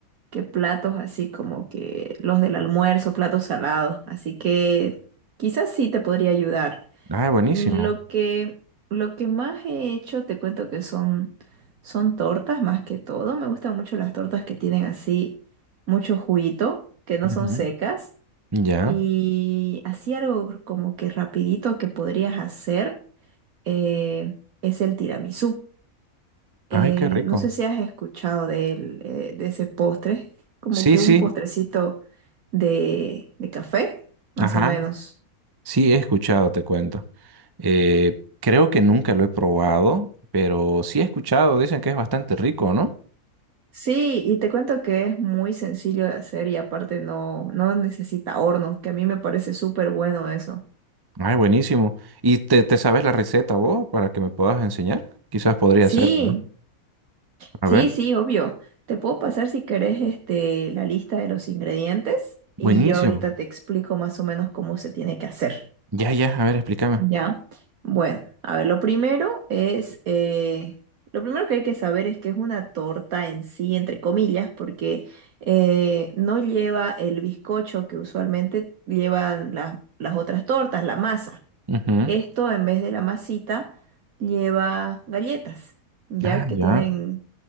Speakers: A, on the right (about 70°); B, on the right (about 25°).
A: que platos así como que los del almuerzo, platos salados. Así que quizás sí te podría ayudar.
B: Ay, buenísimo.
A: Mm, Lo que, lo que más he hecho, te cuento que son, son tortas más que todo. Me gustan mucho las tortas que tienen así mucho juguito, que no
B: Ujú.
A: son secas.
B: Ya.
A: Y así algo como que rapidito que podrías hacer eh, es el tiramisú.
B: Ay,
A: Eh,
B: qué rico.
A: no sé si has escuchado de, él, eh, de ese postre, como
B: Sí,
A: que
B: sí.
A: un postrecito de, de café, más
B: Ajá.
A: o menos.
B: Sí, he escuchado, te cuento. Eh, creo que nunca lo he probado, pero sí he escuchado, dicen que es bastante rico, ¿no?
A: Sí, y te cuento que es muy sencillo de hacer y aparte no, no necesita horno, que a mí me parece súper bueno eso.
B: Ay, buenísimo. ¿Y te, te sabes la receta vos para que me puedas enseñar? Quizás podría
A: Sí,
B: hacerla, ¿no? A
A: sí,
B: ver.
A: sí, obvio. Te puedo pasar si querés este, la lista de los ingredientes y
B: Buenísimo.
A: yo ahorita te explico más o menos cómo se tiene que hacer.
B: Ya, ya, a ver, explícame.
A: Ya, bueno, a ver, lo primero es, eh, lo primero que hay que saber es que es una torta en sí, entre comillas, porque eh, no lleva el bizcocho que usualmente llevan la- las otras tortas, la masa.
B: Ujú.
A: Esto en vez de la masita lleva galletas, ya
B: Ah,
A: que
B: ya.
A: tienen,